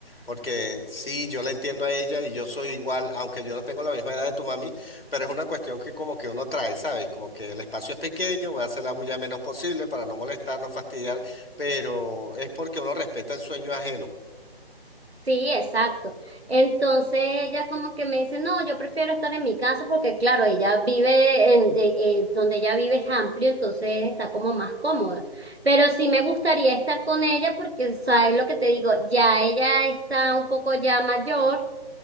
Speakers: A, on the left; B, on the right.
A: Porque sí, yo la entiendo a ella y yo soy igual, aunque yo no tengo la misma edad de tu mami, pero es una cuestión que como que uno trae, ¿sabes? Como que el espacio es pequeño, voy a hacer la bulla menos posible para no molestar, no fastidiar, pero es porque uno respeta el sueño ajeno.
B: Sí, exacto. Entonces ella como que me dice, no, yo prefiero estar en mi casa porque claro, ella vive en, de- eh, donde ella vive es amplio, entonces está como más cómoda. Pero sí me gustaría estar con ella porque, ¿sabes lo que te digo? Ya ella está un poco ya mayor